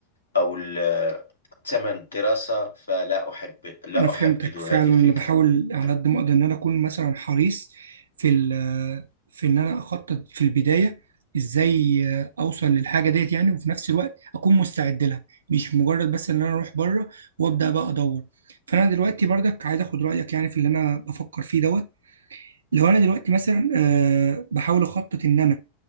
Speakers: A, on the left (about 70°); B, on the right (about 65°).
A: أو ال- ثمن الدراسة فلا أحب لا
B: انا فهمتك
A: أحبذ
B: فعلا
A: هذه
B: انا
A: الفكرة
B: بحاول على
A: نعم.
B: قد ما اقدر ان انا اكون مثلا حريص في ال- في ان انا اخطط في البدايه ازاي اوصل للحاجه ديت يعني وفي نفس الوقت اكون مستعد لها مش مجرد بس ان انا اروح بره وابدا بقى ادور فانا دلوقتي برضك عايز اخد رايك يعني في اللي انا بفكر فيه دوت لو انا دلوقتي مثلا آه، بحاول اخطط ان انا